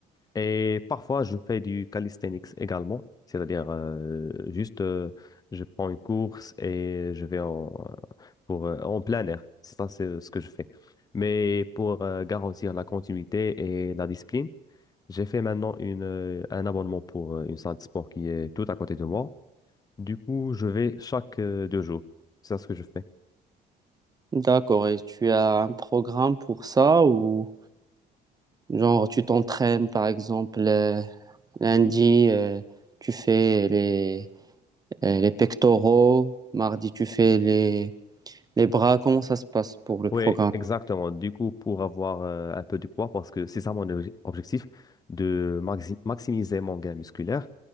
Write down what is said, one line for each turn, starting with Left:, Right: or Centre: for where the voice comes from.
Left: Et parfois, je fais du calisthenics également. C'est-à-dire, euh, juste, euh, je prends une course et je vais en, euh, pour, euh, en plein air. C'est ça, c'est euh, ce que je fais. Mais pour euh, garantir la continuité et la discipline, j'ai fait maintenant une, euh, un abonnement pour euh, une salle de sport qui est tout à côté de moi. Du coup, je vais chaque euh, deux jours. C'est ça ce que je fais.
Right: D'accord. Et tu as un programme pour ça ou genre tu t'entraînes, par exemple, euh, lundi, euh, tu fais les Euh, les pectoraux, mardi tu fais les, les bras, comment ça se passe pour le
Left: Oui,
Right: programme?
Left: exactement. Du coup, pour avoir euh, un peu du poids, parce que c'est ça mon obje- objectif, de maxi- maximiser mon gain musculaire,